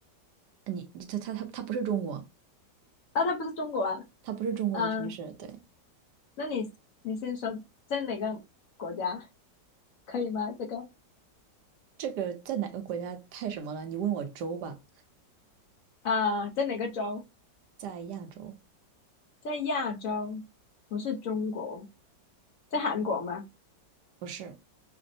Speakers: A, on the right; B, on the left.
A: 呃你它它它它不是中国，
B: 啊，它不是中国啊。
A: 它不是中国的城市。
B: 嗯、
A: 对，
B: 那你你先说在哪个国家可以吗？这个
A: 这个在哪个国家太什么了？你问我州吧，
B: 啊、呃在哪个州？
A: 在亚洲，
B: 在亚洲，不是中国，在韩国吗？
A: 不是。